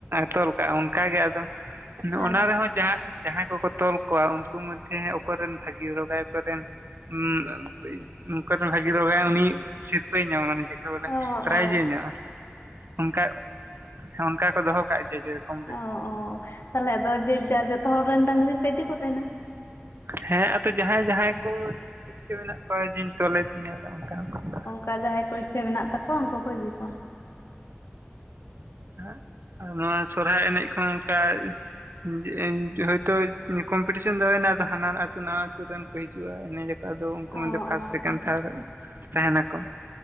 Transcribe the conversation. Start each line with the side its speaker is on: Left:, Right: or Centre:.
Right: ᱛᱚᱞ ᱠᱟᱜᱼᱟ ᱚᱱᱠᱟᱜᱮ ᱟᱫᱚ ᱾
Left: ᱦᱳᱭ
Right: ᱚᱱᱟ ᱨᱮᱸᱦᱚ ᱡᱟᱸᱦᱟ ᱡᱟᱦᱟᱸᱭ ᱠᱚᱠᱚ ᱛᱚᱞ ᱠᱚᱣᱟ ᱩᱱᱠᱩ ᱢᱚᱫᱽᱫᱷᱮ ᱚᱠᱚᱭ ᱨᱮᱱ ᱵᱷᱟᱹᱜᱤ ᱨᱚᱜᱽ ᱜᱟᱭ ᱚᱠᱚᱭ ᱨᱮᱱ <unintelligible> ᱱᱚᱝᱠᱟ ᱨᱮᱱ ᱵᱷᱟᱜᱤ ᱨᱚᱜᱽ ᱜᱟᱭ ᱩᱱᱤ ᱥᱤᱨᱯᱟᱹᱭ ᱧᱟᱢᱟ ᱢᱟᱱᱮ ᱪᱮᱫ ᱛᱟᱵᱚᱞᱮ
Left: ᱚ
Right: ᱯᱨᱟᱭᱤᱡ
Left: ᱚ
Right: ᱮ ᱧᱟᱢᱟ ᱚᱱᱠᱟ ᱚᱱᱠᱟ ᱠᱚ ᱫᱚᱦᱚ ᱠᱟᱜ ᱜᱮᱭᱟ ᱠᱚᱢᱯᱤᱴᱤᱥᱮᱱ
Left: ᱚ ᱚ ᱛᱟᱞᱦᱮ ᱟᱫᱚ ᱡᱮᱨ ᱡᱟᱨ ᱡᱚᱛᱚ ᱦᱚᱲ ᱨᱮᱱ ᱰᱟᱝᱨᱤ ᱯᱮ ᱤᱫᱤ ᱠᱚ ᱛᱟᱦᱮᱱᱟ ᱾
Right: ᱦᱮᱸ ᱟᱫᱚ ᱡᱟᱸᱦᱟᱸᱭ ᱡᱟᱸᱦᱟᱸᱭ ᱠᱚ ᱾ ᱤᱪᱪᱷᱟᱹ ᱢᱮᱱᱟᱜ ᱠᱚᱣᱟ ᱡᱮᱧ ᱛᱚᱞ ᱛᱤᱧᱟ ᱚᱝᱠᱟ ᱚᱝᱠᱟ ᱠᱚ ᱾
Left: <inaudible> ᱡᱟᱸᱦᱟᱸᱭ ᱠᱚ ᱤᱪᱪᱷᱟᱹ ᱢᱮᱱᱟᱜ ᱛᱟᱠᱚᱣᱟ ᱩᱱᱠᱩ ᱠᱚ ᱤᱫᱤ ᱠᱚᱣᱟ ᱾
Right: ᱦᱮ ᱟᱨ ᱱᱚᱣᱟ ᱥᱚᱨᱦᱟᱭ ᱮᱱᱮᱡ ᱠᱚᱦᱚᱸ ᱚᱱᱠᱟ ᱾ ᱡᱮ ᱤᱧ ᱦᱚᱭᱛᱳ ᱠᱚᱢᱯᱤᱴᱤᱥᱚᱱ ᱫᱚ ᱦᱩᱭᱱᱟ ᱟᱫᱚ ᱦᱟᱱᱟᱱ ᱟᱹᱛᱩ ᱱᱟᱣᱟ ᱟᱹᱛᱩ ᱨᱮᱱ ᱠᱚ ᱦᱤᱡᱩᱜᱼᱟ ᱮᱱᱮᱡ ᱡᱟᱠᱩ᱾ ᱛᱟᱫᱚ ᱩᱱᱠᱩ ᱢᱚᱫᱷᱮ
Left: ᱚ
Right: ᱯᱷᱟᱥᱴ
Left: ᱚ
Right: ᱥᱮᱠᱮᱱᱰ
Left: ᱚ
Right: ᱛᱷᱟᱨ ᱛᱟᱦᱮ ᱱᱟᱠᱚ ᱾